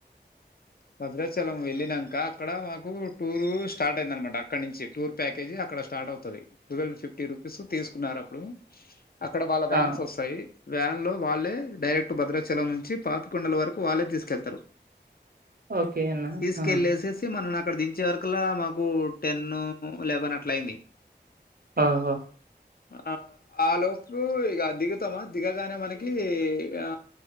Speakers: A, on the left; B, on the right.
A: భద్రాచలం వెళ్ళినాక అక్కడ మాకు టూర్ స్టార్ట్ అయింద అనమాట అక్కడ నుంచి టూర్ ప్యాకేజీ అక్కడ స్టార్ట్ అవుతది టువల్ ఫిఫ్టీ రూపీస్ తీసుకున్నారు అప్పుడు అక్కడ వాళ్ళ వ్యాన్స్
B: ఆ
A: వస్తాయి వ్యాన్లో వాళ్ళే డైరెక్ట్ భద్రాచలం నుంచి పాపికొండల వరకు వాళ్ళే తీసుకువెళ్తారు
B: ఓకే అన్న
A: తీసుకెళ్ళేసేసి
B: ఆ
A: అయితే మనల్ని అ క్కడ దించే వరకులా మాకు టెన్ ఎలెవెన్ అట్లా అయింది
B: ఆహా
A: ఆ ఆ లోపలు ఇక దిగుతామా దిగగానే మనకి ఆ